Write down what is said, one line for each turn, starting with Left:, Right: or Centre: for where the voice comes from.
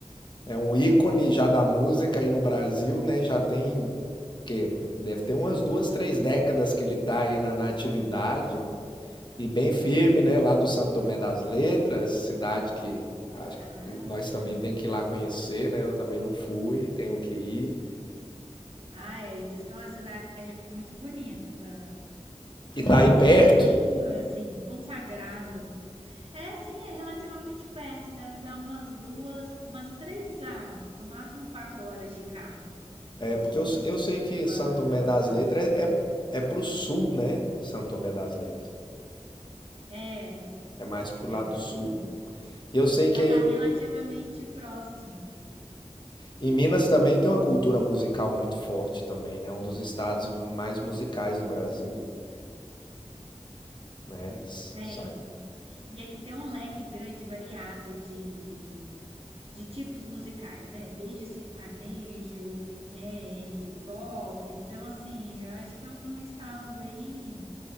Left: é um ícone já da música aí no Brasil, né? Já tem que deve ter umas duas, três décadas que ele tá aí na, na atividade e bem firme, né? Lá do Santo Tomé das Letras, cidade que acho
Right: Ah,
Left: que nós
Right: sim.
Left: também tem que ir lá conhecer, né? Eu também não fui, tenho que ir.
Right: Ah, é, diz que é uma cidade muito bonita.
Left: E tá
Right: E
Left: aí perto,
Right: ele é bem, assim, consagrado. É, sim, é relativamente perto. Deve dar umas duas, umas três a, no máximo quatro horas de carro. De,
Left: Porque eu,
Right: de
Left: eu
Right: Extrema
Left: sei que Santo Tomé das Letras
Right: a São Tomé.
Left: é, é, é pro sul, né? Santo Tomé das Letras.
Right: É,
Left: É mais pro
Right: é
Left: lado
Right: pro
Left: sul.
Right: sul.
Left: E eu sei
Right: Então
Left: que aí,
Right: dá relativamente próximo.
Left: em Minas também tem uma cultura musical muito forte também, né? Um dos estados mais musicais do Brasil, né? S-
Right: Tem.
Left: Sai.
Right: E aqui tem um leque grande, variado de, de tipos musicais, né? Desde sertanejo, reggae, pop. Então, assim, eu acho que é um estado bem,